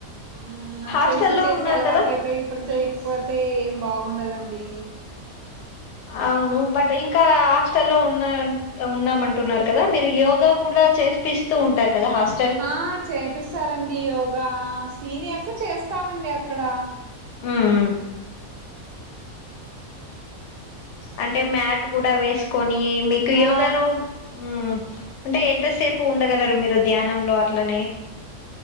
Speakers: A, on the right; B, on the left.
A: ఉమ్ న
B: హాస్టల్లో
A: చేసి చేసి
B: ఉన్నారు
A: అలవాటు
B: కదా
A: అయిపోయి ఇప్పుడు చేయకపోతే ఏం బాగుండదండి
B: అవును బట్ ఇంకా హాస్టల్లో ఉన్న ఉన్నమంటున్నారు కదా మీరు యోగా కూడా చేపిస్తూ ఉంటారు కదా హాస్
A: ఆ చేపిస్తారండి యోగా సీనియర్స్ చేస్తామండి అక్కడ
B: మ్మ్ అంటే మ్యాట్ కూడా వేసుకొని మీకు యోగలో
A: ఆ
B: ఉమ్ అంటే ఎంతసేపు ఉండగలరు మీరు ధ్యానంలో అట్లనే